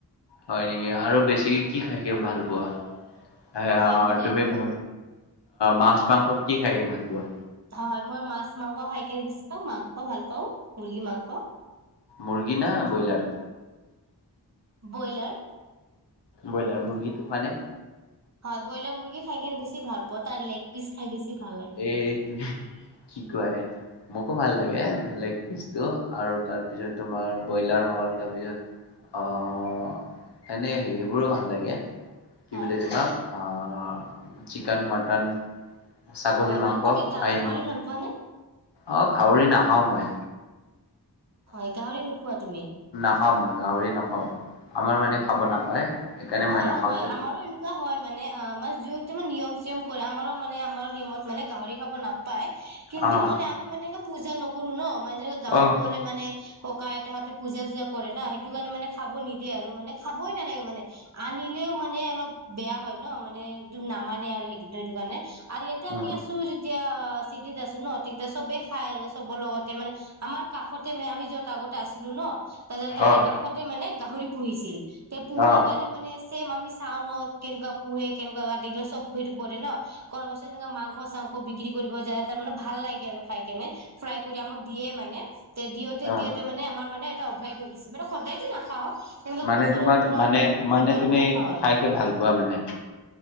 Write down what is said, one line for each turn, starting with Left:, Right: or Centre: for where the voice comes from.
Left: হয় নেকি আৰু বেছিকে কি খাই কে ভাল পোৱা? সে
Right: হয়
Left: অ
Right: মানে
Left: তুমি ব মাছ মাংসত কি খাই কে ভাল পোৱা?
Right: হয় মই মাছ মাংস খাই কেনে বেছি পাওঁ, মাংস ভাল পাওঁ, মুৰ্গী মাংস।
Left: মুৰ্গী ন ব্ৰইলাৰ?
Right: ব্ৰইলাৰ।
Left: ব্ৰইলাৰ, মুৰ্গীটো খোৱা নে?
Right: হয়, ব্ৰইলাৰ মুৰ্গী খাই কেনে বেছি ভাল পা তাৰ লেগ পিচ খাই বেছি ভাল লাগে
Left: এই তুমি, শিকোৱাহে মোকো ভাল লাগে লাইক আৰু তাৰপিছত তোমাৰ ব্ৰইলাৰ হল, তাৰপিছত আহ, এনে সেইবোৰো ভাল লাগে। কি
Right: হয়
Left: বুলি তোমাক আহ চিকন, মটন ছাগলী
Right: হয়
Left: মাংস,
Right: মানে তুমি গা
Left: খাহী
Right: গাহৰি
Left: মাংস,
Right: ভাল পোৱা নে
Left: অ গাহৰি নাখাও মই।
Right: হয় গাহৰি নোখোৱা তুমি?
Left: ন মই গাহৰি নখাও। আমাৰ মানে
Right: হয়
Left: খাব নাপায়, সেইকাৰণে
Right: হয়
Left: মই নাখাওঁতে
Right: হয় আমাৰো এনেকুৱা হয় মানে অ মাছ যিটো মানে নিয়ম চিয়ম কৰে আমাৰো মানে আমাৰ নিয়মত মানে গাহৰি খাব নাপায়। কিন্তু
Left: অ'
Right: মানে আমি মানে পূজা নকৰো ন, ম গাঁৱত
Left: অ'
Right: গলে মানে, ককা আইতাহঁতে পূজা- চূজা কৰে ন সেইটো কাৰণে মানে খাব নি দিয়ে আৰু মানে খাবই নালাগে মানে, আনিলেও মানে অলপ বেয়া হয় ন মানে একদম নামানে আৰু সেই সেইটো কাৰণে আৰু ইয়াতে
Left: উম
Right: আমি আছো যদি তেতিয়া চিটিত আছো ন, তেতিয়া চবে খাই আৰু চবৰ লগতে মানে আমাৰ কাষতে মানে আমি যত আগতে আছিলো ন তাৰপাছত তাৰে
Left: অ'
Right: কাষতে মানে গাহৰি পুহিছিল। এ পুহোৱা
Left: অ'
Right: কাৰণে মানে- চেম আমি চাওঁ ন কেনেকুৱা পোহে, কেনেকুৱা কাটে, এইবিলাক চব সেইটো কৰে ন কৰ পাছত যেনেকা মাংস চাংস বিক্ৰী কৰিব যায়, তাৰ মানে ভাল লাগে আৰু খাই কেনে ফ্ৰাই কৰি আমাক দিয়ে মানে তে দিয়তে
Left: অ'
Right: দিয়তে মানে আমাৰ মানে এ অভাগ হৈ আহিছে, মানে সদায়তো নাখাও তেনেকুৱা
Left: মানে,
Right: বছৰৰ
Left: তোমাৰ
Right: মূৰত
Left: মানে মানে
Right: এবাৰ
Left: তুমি
Right: দুবাৰ খাওঁ আৰু
Left: খাই খে ভাল পোৱা মানে